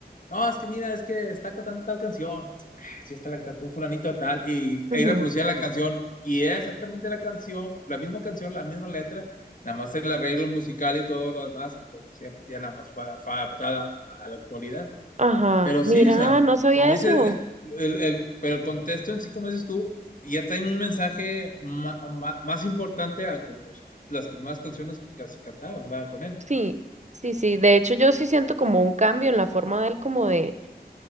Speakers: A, on the left (about 50°); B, on the right (about 45°).
A: no, es que mira, es que está cantando tal canción. Ah, Sí, está la cantó un fulanito de tal. Y
B: Ujú.
A: ahí reproducía la canción. Y era exactamente la canción, la misma canción, la misma letra. Nada más el arreglo musical y todo lo demás, como siempre, ya nada más fue, fue adaptada a la actualidad.
B: Ajá,
A: Pero
B: mira,
A: sí, o sea,
B: no sabía
A: como dices,
B: eso.
A: eh, el, el, pero el contexto en sí, como dices tú, ya traen un mensaje ma- ma- más importante a como las primeras canciones que se cantaban, ¿verdad? Con él.
B: Sí, sí, sí. De hecho, yo sí siento como un cambio en la forma de él, como de,